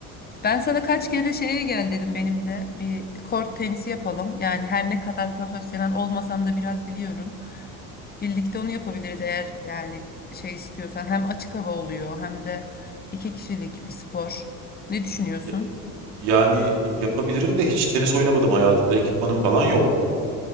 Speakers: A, on the left; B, on the right.
A: Ben sana kaç kere şeye gel dedim benimle bir kort tenisi yapalım. Yani her ne kadar profesyonel olmasam da biraz biliyorum. Birlikte onu yapabiliriz eğer yani şey istiyorsan. Hem açık hava oluyor hem de iki kişilik bir spor. Ne düşünüyorsun?
B: Ya- Yani yapabilirim de hiç tenis oynamadım hayatımda. Ekipmanım falan yok.